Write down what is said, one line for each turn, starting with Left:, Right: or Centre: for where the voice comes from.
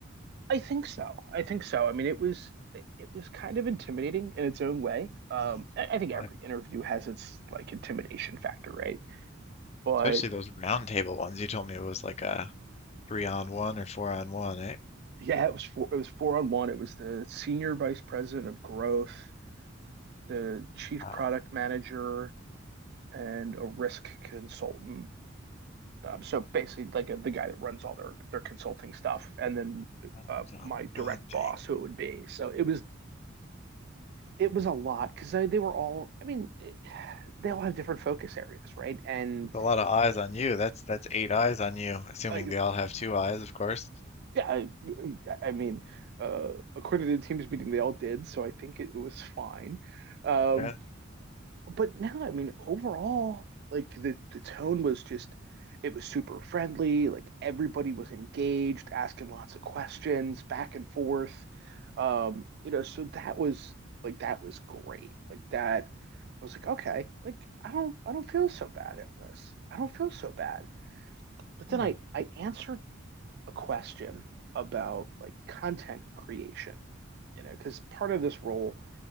Right: I think so. I think so. I mean, it was it was kind of intimidating in its own way. Um,
Left: hmm
Right: I, I think every
Left: I,
Right: interview has its like intimidation factor, right? But
Left: especially those round table ones. You told me it was like a three on one or four on one, eh?
Right: yeah, it was four, it was four on one. It was the senior vice president of growth, the chief
Left: Wow,
Right: product manager, and a risk consultant. Um, so basically, like uh, the guy that runs all their their consulting stuff, and then
Left: that
Right: uh,
Left: sounds
Right: my direct
Left: daunting.
Right: boss, who it would be. So it was it was a lot because they, they were all. I mean, <sighs> it, they all have different focus areas, right? And
Left: With a lot of eyes on you. That's that's eight eyes on you, assuming
Right: uh,
Left: they all have two eyes, of course.
Right: yeah, I, I mean, uh, according to the teams meeting, they all did, so I think it was fine. Um,
Left: Yeah.
Right: but now, I mean, overall, like the the tone was just it was super friendly. Like everybody was engaged, asking lots of questions, back and forth. Um, you know, so that was like that was great. Like that, I was like, okay, like I don't I don't feel so bad on this. I don't feel so bad. But then
Left: Yeah.
Right: I I answered a question about like content creation, you know, because part of this role